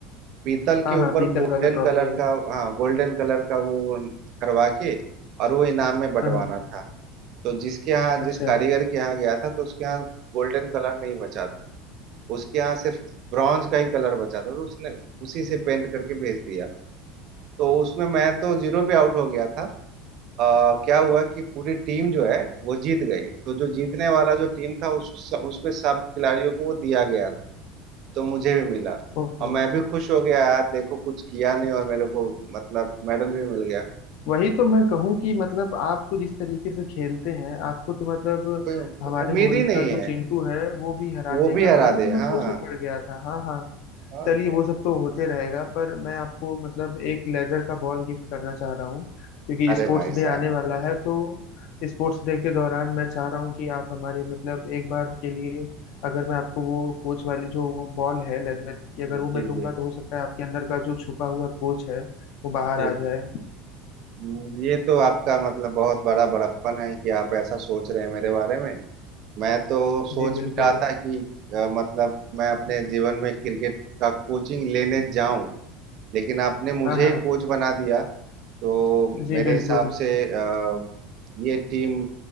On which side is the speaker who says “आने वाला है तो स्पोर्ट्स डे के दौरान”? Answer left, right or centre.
Left